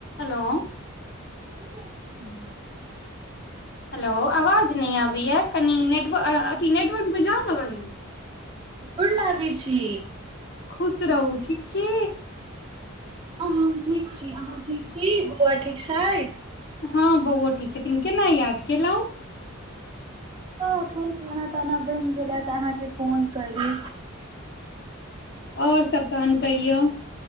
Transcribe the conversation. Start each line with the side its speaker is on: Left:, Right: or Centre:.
Left: हलो
Right: ब
Left: हेलौ आवाज नहि आबैए कनि नेटवर्क अथी नेटवर्कमे जाउ ने बहींन
Right: गोड़ लागि छी
Left: खुश रहू ठीक छी
Right: हँ हम ठीक छी अहाँ ठीक छी बौआ ठीक छथि
Left: हँ बौओ ठीक छथिन केना याद केलहुँ
Right: तऽ एखन खाना ताना बनि गेला तऽ अहाँके फोन करी
Left: आओर सब तहन कहियौ